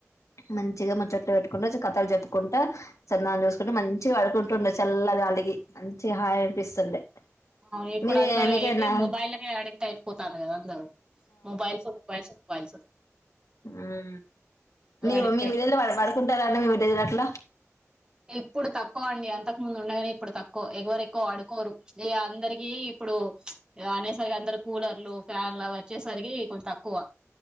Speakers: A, on the left (about 85°); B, on the right (about 15°).
A: మంచిగా ముచ్చోట్లు పెట్టుకుంట కథలు చెప్పుకుంటా చందమాను చూసుకుంట మంచిగ వడుకుంటుండే చల్ ల గాలికి మంచి హాయి అనిపిస్తుండే
B: అవును ఇప్పుడు
A: మీరే
B: అందరూ
A: మీకేమన్నా
B: ఏంటి మొబైల కే అడిట్ అయిపోతాండ్రు కదా అందరు మొబైల్సు మొబైల్సు మొబైల్సు
A: ఊ మీరు
B: అడిక్ట్
A: మీ
B: అయిపోతారు
A: మిద మీద పడుకుంటారాండి మీ మిద మీద అట్లా
B: ఇప్పుడు తక్కువ అండి అంతకు ముందు ఉండే గాని ఇప్పుడు తక్కువ ఎవరు ఎక్కువ పడుకోరు ఇగ అందరికి ఇప్పుడు ప్చ్ అనేసరికి అందరు కూలర్లు ఫ్యాన్లు అవి వచ్చేసరికి ఈ కొంచం తక్కువ